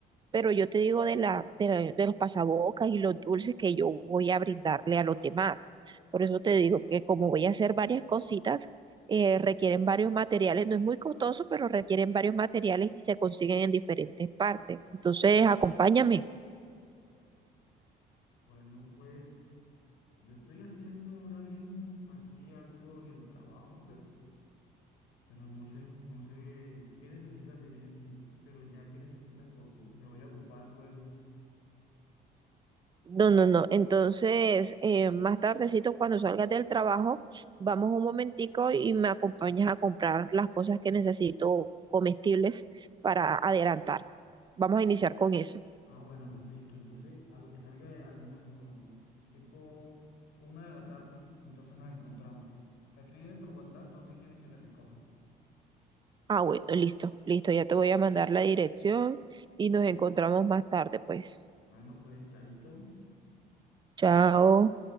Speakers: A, on the right (about 25°); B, on the left (about 85°).
A: pero yo te digo de la, de la- de los pasabocas y los dulces que yo voy a brindarle a los demás. Por eso te digo que como voy a hacer varias cositas, eh, requieren varios materiales. No es muy costoso, pero requieren varios materiales y se consiguen en diferentes partes. Entonces, acompáñame.
B: Bueno, pues yo estoy haciendo ahora mismo aquí algo en el trabajo, pero, pero no sé, no sé qué necesitas de mí en sí, pero ya qué necesitas porque me voy a ocupar luego.
A: No, no, no. Entonces, eh, más tardecito, cuando salgas del trabajo, vamos un momentico y me acompañas a comprar las cosas que necesito comestibles para adelantar. Vamos a iniciar con eso.
B: Ah, bueno, pues listo. Entonces, a lo que salga de almuerzo, tipo una de la tarde, entonces nos encontramos. Escríbeme por WhatsApp dónde quieres que te recoja.
A: Ah, bueno, listo, listo. Ya te voy a mandar la dirección y nos encontramos más tarde, pues.
B: Bueno, pues ahí todo.
A: Chao.